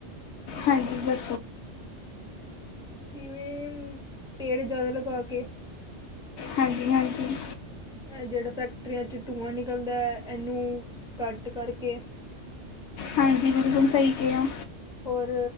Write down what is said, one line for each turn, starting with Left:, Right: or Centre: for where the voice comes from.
Left: ਹਾਂਜੀ ਦਾ
Centre: ਜਿਵੇਂ ਪੇੜ ਜਿਆਦਾ ਲਗਾ ਕੇ
Left: ਹਾਂਜੀ ਹਾਂਜੀ
Centre: ਇਹ ਜਿਹੜਾ ਫੈਕਟਰੀਆਂ 'ਚ ਧੂੰਆਂ ਨਿਕਲਦਾ ਇਹਨੂੰ ਘਟ ਕਰਕੇ
Left: ਹਾਂਜੀ ਬਿਲਕੁਲ ਸਹੀ ਕਿਹਾ
Centre: ਹੋਰ